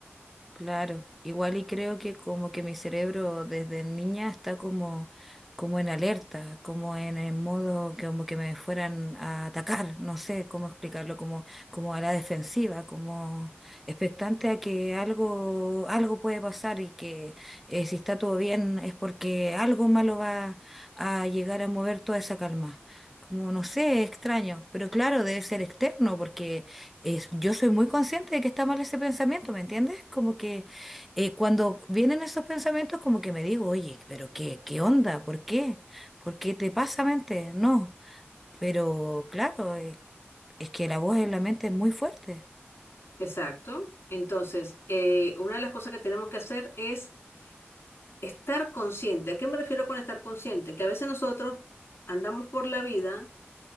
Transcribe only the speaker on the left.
Exacto. Entonces, eh, una de las cosas que tenemos que hacer es estar consciente. ¿A qué me refiero con estar consciente? Que a veces nosotros andamos por la vida